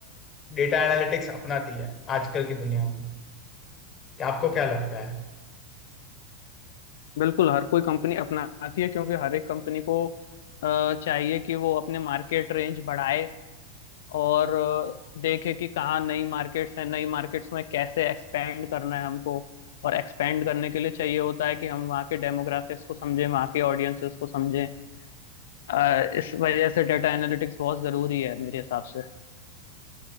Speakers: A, on the left; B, on the left.
A: डेटा एनालिटिक्स अपनाती है आजकल की दुनिया में क्या आपको क्या लगता है
B: बिल्कुल हर कोई कंपनी अपनाती है क्योंकि हर एक कंपनी को अ, चाहिए कि वो अपने मार्केट रेंज बढ़ाए और अ, देखे कि कहाँ नई मार्केट्स हैं नई मार्केट्स में कैसे एक्सपेंड करना है हमको और एक्सपेंड करने के लिए चाहिए होता है कि हम वहाँ के डेमोग्राफिक्स को समझें वहाँ के ऑडियंसेस को समझें अ, इस वजह से डेटा एनालिटिक्स बहुत ज़रूरी है मेरे हिसाब से